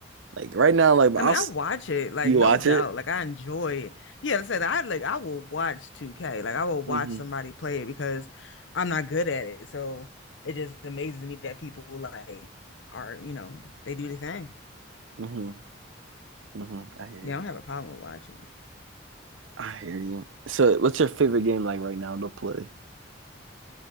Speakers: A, on the right; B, on the left.
A: Like right now, like I'll
B: I mean
A: s-
B: I watch it like
A: you
B: no
A: watch
B: doubt
A: it.
B: like I enjoy it yeah like I said I like I will watch 2K like I will watch
A: hmm
B: somebody play it because I'm not good at it so it just amazes me that people like are you know they do the thing
A: hmm hmm I hear
B: yeah
A: you.
B: I don't have a problem with watching
A: I hear you. So what's your favorite game like right now to play?